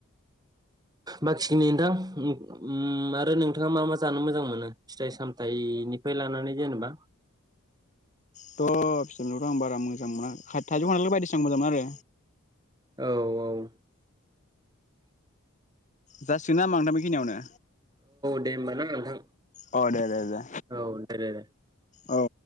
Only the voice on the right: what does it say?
बाखिखिनि नोंथां ओ ओ आरो नोंथाङा मा मा जानो मोजां मोनो फिथाइ सामथायनिफ्राय लानानै जेनेबा
औ औ
दे होमबा ना औ नोंथां
औ दे दे दे